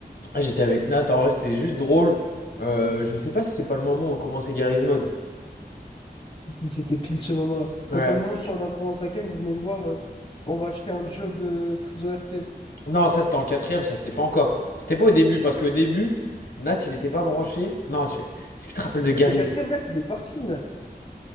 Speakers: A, on the left; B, on the left.
A: Ah, j'étais avec Nat, en vrai, c'était juste drôle. Euh, je sais pas si c'est pas le moment où on commençait Garry's Mod.
B: C'était pile ce moment-là.
A: Ouais.
B: Parce qu'à un moment, je sors d'un cours en cinquième, vous venez me voir, euh, on va acheter un job euh, prison RP.
A: Non, ça c'était en quatrième, ça c'était pas encore. C'était pas au début, parce qu'au début, Nat, il était pas branché. Non, tu- est-ce que tu te rappelles de Garry's
B: Mais quatrième, Nat, il est parti, Nat.